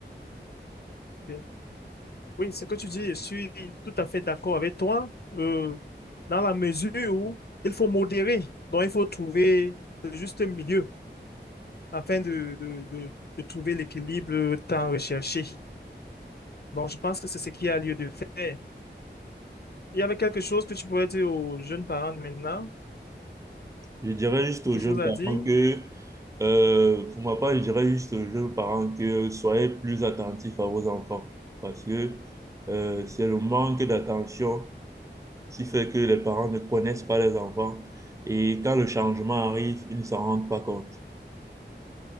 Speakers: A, on the left; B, on the right.
A: Ok. Oui, ce que tu dis, je suis tout à fait d'accord avec toi. euh, dans la mesure où il faut modérer. Donc, il faut trouver le juste milieu afin de, de, de, de trouver l'équilibre tant recherché. Donc, je pense que c'est ce qui a lieu de faire. Il y avait quelque chose que tu pourrais dire aux jeunes parents de maintenant?
B: Je dirais juste
A: Quelque
B: aux jeunes
A: chose à
B: parents
A: dire?
B: que, euh, pour ma part, je dirais juste aux jeunes parents que soyez plus attentifs à vos enfants parce que euh, c'est le manque d'attention qui fait que les parents ne connaissent pas les enfants et quand le changement arrive, ils ne s'en rendent pas compte.